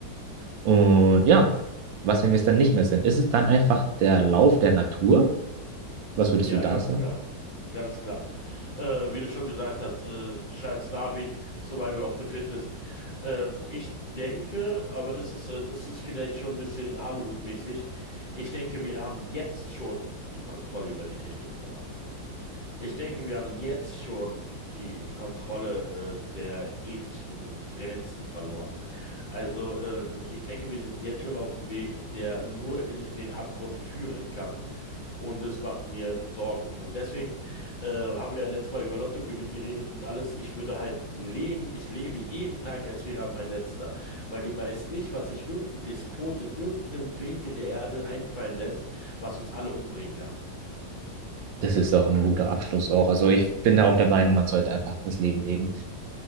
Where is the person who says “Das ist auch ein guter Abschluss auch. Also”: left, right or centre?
Right